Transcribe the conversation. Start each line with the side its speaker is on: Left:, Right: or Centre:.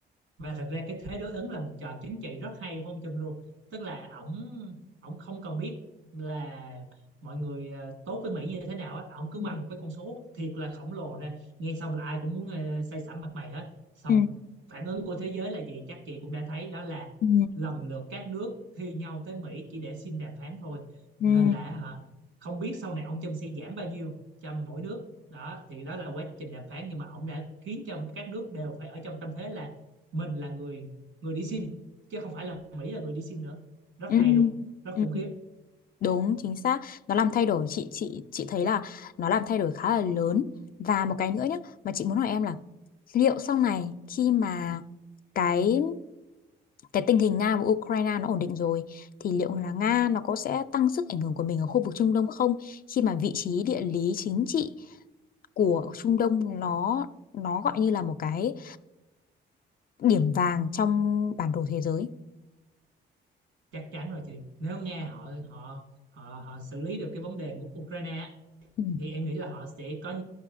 Right: và thật ra cái thế đối ứng là một trò chính trị rất hay của ông Trump luôn tức là ổng ổng không cần biết là mọi người ờ, tốt với Mỹ như thế nào á ổng cứ
Left: Ừ.
Right: quăng một cái con số thiệt là khổng lồ ra nghe xong là ai cũng muốn ờ, say sẩm mặt mày hết xong
Left: Ừ.
Right: phản ứng của thế giới là gì chắc chị cũng đã thấy đó là
Left: Ừ.
Right: lần lượt các nước thi nhau tới Mỹ chỉ để xin đàm phán thôi
Left: Ừ.
Right: nên là hả, không biết sau này ông Trump sẽ giảm bao nhiêu cho mỗi nước đó thì đó là quá trình đàm phán nhưng mà ông đã khiến cho các nước đều phải ở trong tâm thế là mình là người người đi sim chứ không phải là Mỹ là người đi sim nữa rất
Left: Ừ.
Right: hay luôn rất
Left: Ừ.
Right: khủng khiếp
Left: Đúng, chính xác. Nó làm thay đổi chị chị chị thấy là nó làm thay đổi khá là lớn. Và một cái nữa nhé, mà chị muốn hỏi em là liệu sau này khi mà cái cái tình hình Nga và Ukraine nó ổn định rồi thì liệu là Nga nó có sẽ tăng sức ảnh hưởng của mình ở khu vực Trung Đông không? Khi mà vị trí địa lý chính trị của Trung Đông nó nó gọi như là một cái điểm vàng trong bản đồ thế giới.
Right: chắc chắn rồi chị nếu Nga họ họ họ họ xử lý được cái vấn đề của Ukraine á,
Left: Ừ.
Right: thì em nghĩ là họ sẽ có